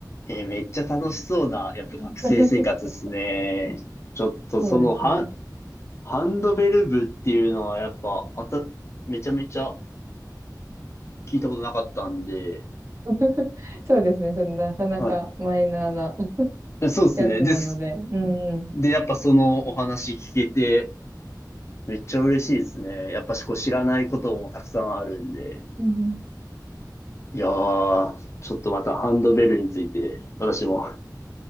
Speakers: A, on the left; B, on the right.
A: えーめっちゃ楽しそうな、やっぱ学生生活ですね。
B: <laughs>
A: ちょっとそのハ、
B: そうですね。
A: ハンドベル部っていうのはやっぱ、あた、めちゃめちゃ聞いたことなかったんで、
B: <laughs> そうですね。ちょっとなかなかマイナーな
A: はい。そうですね。
B: やつなので。
A: です。
B: うんうん。
A: で、やっぱそのお話聞けて、めっちゃ嬉しいですね。やっぱしこう知らないこともたくさんあるんで。
B: うんうん。
A: いやー、ちょっとまたハンドベルについて、私も